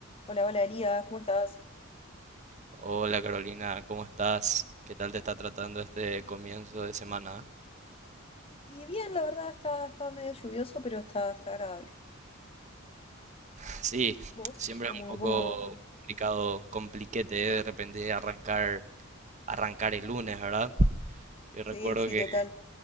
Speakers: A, on the left; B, on the right.
A: Hola, hola Elías, ¿cómo estás?
B: Hola Carolina, ¿cómo estás? ¿Qué tal te está tratando este comienzo de semana?
A: Y bien, la verdad está, está medio lluvioso, pero está, está agradable.
B: <laughs> Sí,
A: ¿Vos?
B: siempre
A: ¿Cómo,
B: es un poco
A: cómo?
B: complicado, compliquete eh, de repente arrancar, arrancar el lunes, ¿verdad? Yo recuerdo
A: Sí, sí,
B: que,
A: total.